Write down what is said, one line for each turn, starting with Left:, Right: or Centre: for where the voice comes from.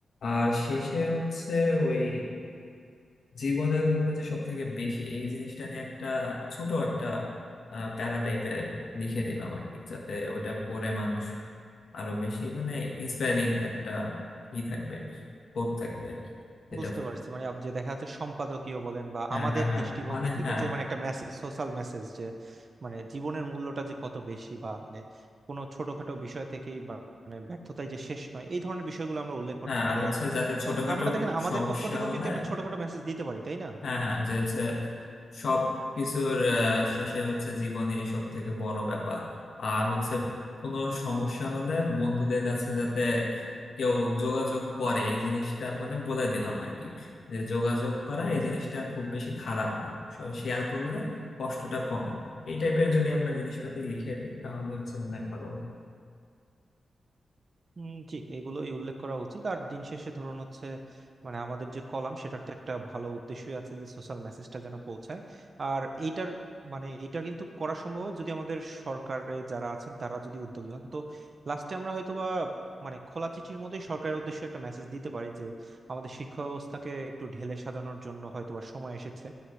Left: আর শেষে হচ্ছে ওই জীবনের মূল্য যে সব থেকে বেশি এই জিনিসটা নিয়ে একটা ছোট একটা প্যারা টাইপের লিখে দিলাম আর কি যাতে ওইটা পড়ে মানুষ আরো বেশি মানে ইন্সপায়ারিং একটা ই থাকবে কোট থাকবে আর কি এটা
Right: বুঝতে পারছি মানে যে দেখা যাচ্ছে সম্পাদকীয় বলেন বা
Left: হ্যাঁ
Right: আমাদের
Left: হ্যাঁ হ্যাঁ
Right: দৃষ্টিভঙ্গি
Left: মানে
Right: থেকে
Left: হ্যাঁ
Right: যে মানে একটা মেসেজ সোশ্যাল মেসেজ যে মানে জীবনের মূল্যটা যে কত বেশি বা মানে কোনো ছোটখাটো বিষয় থেকেই বা মানে ব্যর্থতায় যে শেষ নয় এই ধরনের বিষয়গুলো আমরা উল্লেখ করতে
Left: হ্যাঁ
Right: পারি
Left: আর হচ্ছে
Right: আর
Left: যাতে ছোটখাটো
Right: আহ, আমরা দেখেন আমাদের
Left: সমস্যা
Right: পক্ষ থেকেও
Left: হলে
Right: কিন্তু একটা ছোটখাটো মেসেজ দিতে পারি তাই না
Left: হ্যাঁ হ্যাঁ যে হচ্ছে সব কিছুর আহ, শেষে হচ্ছে জীবনে এই সব থেকে বড় ব্যাপার আর হচ্ছে কোনো সমস্যা হলে বন্ধুদের কাছে যাতে কেউ যোগাযোগ করে এই জিনিসটা মানে বলে দিলাম আর কি যে যোগাযোগ করা এই জিনিসটা খুব বেশি খারাপ না শেয়ার করলে কষ্টটা কমে এই টাইপের যদি আমরা জিনিসপাতি লিখে দিই তাহলে হচ্ছে মনে হয় ভালো
Right: হুম জি এগুলোই উল্লেখ করা উচিত আর দিন শেষে ধরুন হচ্ছে মানে আমাদের যে কলাম সেটার তো একটা ভালো উদ্দেশ্যই আছে যে সোশ্যাল মেসেজটা যেন পৌঁছায় আর এইটার মানে এটা কিন্তু করা সম্ভব হয় যদি আমাদের সরকারে যারা আছেন তারা যদি উদ্যোগী হন তো লাস্টে আমরা হয়তো বা মানে খোলা চিঠির মতোই সরকারের উদ্দেশ্যে একটা মেসেজ দিতে পারি যে আমাদের শিক্ষা ব্যবস্থাকে একটু ঢেলে সাজানোর জন্য হয়তো বা সময় এসেছে